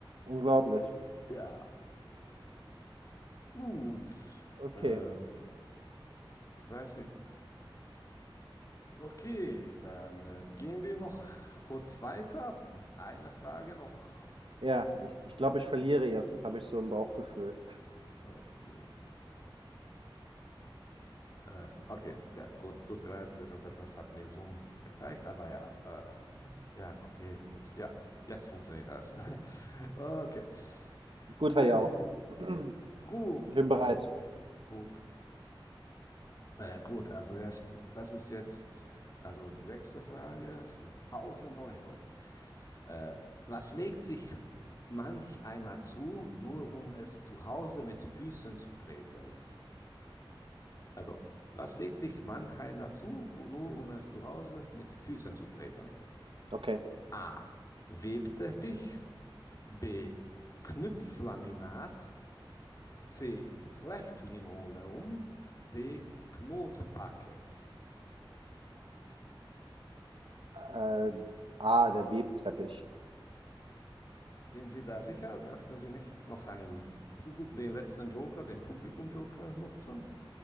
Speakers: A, on the right (about 75°); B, on the left (about 40°).
A: unglaublich.
B: Ja, gut.
A: Okay,
B: Ähm, ich weiß nicht. Okay, dann äh, gehen wir noch kurz weiter. Eine Frage noch.
A: ja, ich, ich glaube, ich verliere jetzt. Das habe ich so im Bauchgefühl.
B: Okay. Äh, okay, ja, gut, tut mir leid, das etwas hat mir Zoom gezeigt, aber ja, äh, was? Ja, okay, gut. Ja, jetzt funktioniert das. <laughs> Okay.
A: Gut,
B: Äh,
A: Herr Jauch. <clears throat>
B: gut,
A: Ich bin
B: also,
A: bereit.
B: gut. Äh, gut, also jetzt, das ist jetzt also die sechste Frage für tausend Euro. Äh, was legt sich manch einer zu, nur um es zu Hause mit Füßen zu treten? Also, was legt sich manch einer zu, nur um es zu Hause mit Füßen zu treten?
A: Okay.
B: A. Webteppich. B. Knüpflaminat. C. Flechtlinoleum. D. Knotparkett.
A: Äh, ah, der Webteppich.
B: Sind Sie da sicher? Möchten Sie nicht noch einen, Pub- den letzten Joker, den Publikum-Joker nutzen?